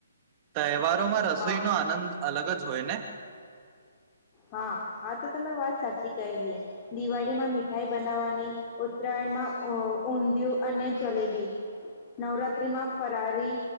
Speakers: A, on the right; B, on the left.
A: તય તહેવારોમાં રસોઈનો
B: હા
A: આનંદ અલગજ હોય ને?
B: હા, આ તો તમે વાત સાચી કહી. દિવાળીમાં મીઠાઈ બનાવવાની, ઉત્તરાયણમાં ઊં-ઊંધિયું અને જલેબી. નવરાત્ર્રીમાં ફરારી